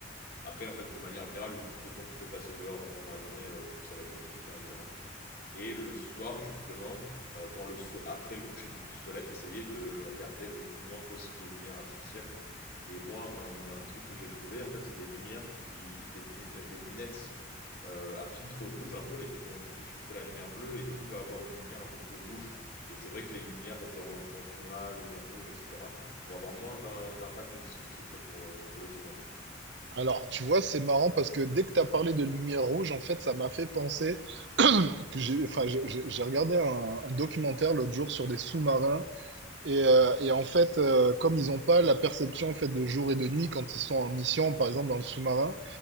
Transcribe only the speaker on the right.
Alors, tu vois, c'est marrant parce que dès que tu as parlé de lumière rouge, en fait, ça m'a fait penser que j'ai, enfin, j'ai j'ai- j'ai regardé un, un documentaire l'autre jour sur des sous-marins et, euh, et en fait, euh, comme ils n'ont pas la perception en fait de jour et de nuit quand ils sont en mission, par exemple dans le sous-marin,